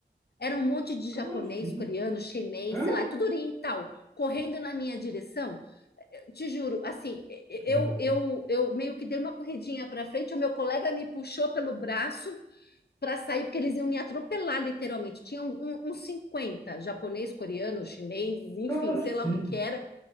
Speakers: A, on the left; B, on the left.
A: Era um monte de
B: Como
A: japonês,
B: assim?
A: coreano, chinês,
B: Hã?
A: sei lá, tudo oriental, correndo na minha direção. Eu te juro, assim, eu,
B: Ah.
A: eu, eu meio que dei uma corridinha para frente, o meu colega me puxou pelo braço para sair, porque eles iam me atropelar, literalmente. Tinha uns um- um- uns 50 japonês, coreano, chinês, enfim,
B: Como assim?
A: sei lá o que que era,